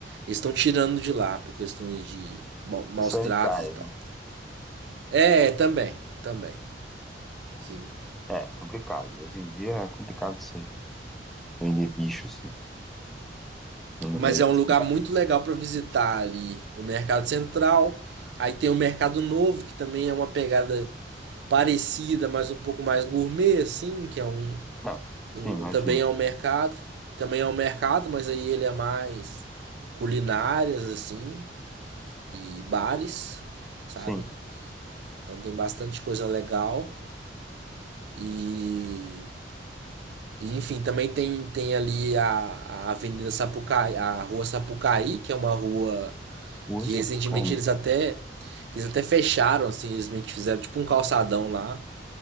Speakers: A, on the right; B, in the centre.
A: Eles estão tirando de lá por questões de bom, maus
B: Sanitárias,
A: tratos e tal.
B: né?
A: É, também, também. Sim.
B: É, complicado. Hoje em dia é complicado você vender bicho, assim, no
A: Mas
B: meio
A: é
B: da
A: um
B: cidade.
A: lugar muito legal para visitar ali o Mercado Central. Aí tem o Mercado Novo, que também é uma pegada parecida, mas um pouco mais gourmet, assim, que é um,
B: Ah, sim,
A: um
B: imagina.
A: também é um mercado. Também é um mercado, mas aí ele é mais culinárias, assim, e bares, sabe?
B: Sim,
A: Então tem bastante coisa legal. E, e, enfim, também tem, tem ali a, a Avenida Sapucaí, a Rua Sapucaí, que é uma rua
B: rua
A: Que
B: Sapucaí.
A: recentemente eles até, que eles até fecharam, assim, eles meio que fizeram tipo um calçadão lá.